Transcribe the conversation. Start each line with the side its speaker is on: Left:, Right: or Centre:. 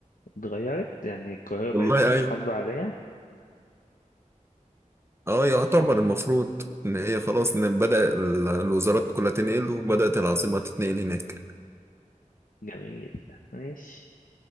Left: اتغيرت يعني القاهرة بقت
Right: والله
Left: محافظة
Right: أيوة
Left: عادية
Right: اه يعتبر المفروض ان هي خلاص ان بدأ ال- الوزارات كلها تنقل وبدأت العاصمة تتنقل هناك
Left: جميل ماشي